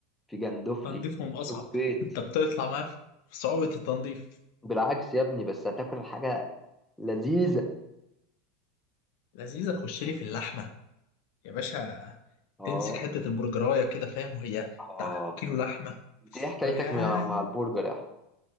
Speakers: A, in the centre; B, on the left.
A: في جندوفلي
B: تنظيفه من
A: في
B: اصعب
A: سبيط
B: انت بتطلع معاه في صعوبه التنظيف
A: بالعكس يا ابني بس هتاكل حاجه لذيذه
B: لذيذه تخش لي في اللحمه يا باشا
A: اه
B: تمسك حته البرجرايه كده فاهم وهي
A: اه
B: بتاع كيلو لحمه
A: انت ايه حكايتك
B: ويا
A: مع مع البرجر يا احمد